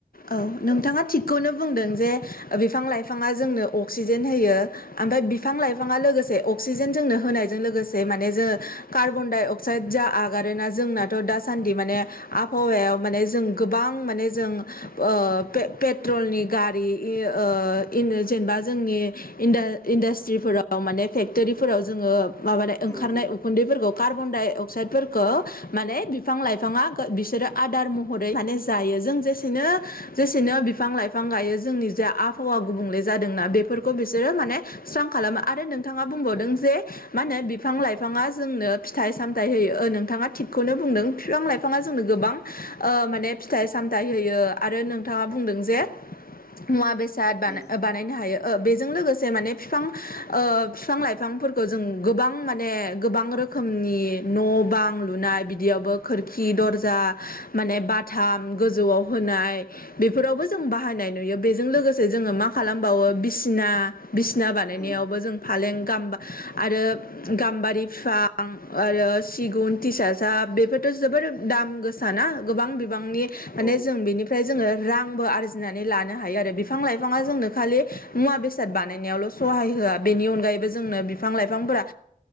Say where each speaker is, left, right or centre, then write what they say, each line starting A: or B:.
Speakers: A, on the left; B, on the left.
A: औ नोंथाङा
B: दा
A: थिगखौनो बुंदों जे बिफां लाइफाङा जोंनो अक्सिजेन होयो ओमफ्राय बिफां लाइफाङा
B: उम
A: लोगोसे अक्सिजेन जोंनो होनायजों लोगोसे माने जोङो कार्बन डाइ अक्साइड जा आगारोना जोंनाथ' दा दासानदि माने आबहावायाव माने जों गोबां माने जों ओ पेट्रलनि गारि ओ जेनेबा जोंनि इन इन्डास्ट्रिफोराव माने फेक्ट'रिफोराव जोङो माबानाय ओंखारनाय
B: उम
A: उखुन्दैफोरखौ कार्बन डाइ अक्साइदफोरखौ माने बिफां लाइफाङा बिसोरो आदार महरै माने जायो जों जे नों जेसेनो बिफां लाइफां गायो जोंनि जे आबहावा गुबुंले जादोंना बेफोरखौ बिसोरो मा ने स्रां खालामो आरो नोंथाङा बुंबावदों जे मा होनो बिफां लाइफाङा जोंनो फिथाइ सामथाइ नोंथाङा थिगखौनो बुंदों बिफां लाइफाङा जोंनो गोबां ओ माने फिथाइ सामथाय होयो आरो नोंथाङा बुंदों जे मुवा बेसाद
B: उम
A: बानायनो हायो बेजों लोगोसे माने फिफां फिफां लाइफांफोरखौ जों गोबां माने गोबां रो रोखोमनि न' बां लुनाय बिदियावबो खोरखि दर्जा माने बाथाम गोजौआव होनाय बेफोरावबो जों बाहायनाय नुयो बेजों लोगोसे जोङो मा खालामबावो बिसिना बिसिना बानायनायावबो
B: उम
A: जों फालें आरो गाम्बारि बिफां आरो सिगुन थिसाजाब बे जोबोर दाम गोसाना गोबां बिबांनि माने
B: औ
A: ओमफ्राय जोङो रांबो आरजिनानै लानो हायो बिफां लाइफाङा जोंनो खालि मुवा बेसाद बानायनायाव सहाय होआ बेनि अनगायैबो जोंनो बिफां लाइफांफोरा